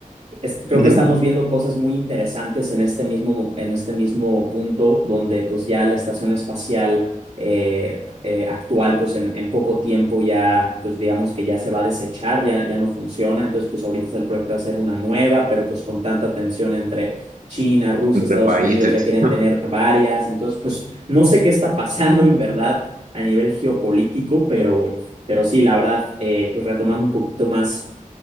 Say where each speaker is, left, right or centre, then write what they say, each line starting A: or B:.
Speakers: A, on the right; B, on the right.
A: es- creo
B: ujú,
A: que estamos viendo cosas muy interesantes en este mismo, mo- en este mismo punto, donde pues ya la estación espacial eh, eh, actual, pues en, en poco tiempo ya, pues digamos que ya se va a desechar, ya, ya no funciona, entonces pues ahorita está el proyecto de hacer una nueva, pero pues con tanta tensión entre China, Rusia,
B: Entre
A: Estados
B: países.
A: Unidos, ya quieren tener varias, entonces pues no sé qué está pasando en verdad a nivel geopolítico, pero, pero sí, la verdad, eh, pues retomando un poquito más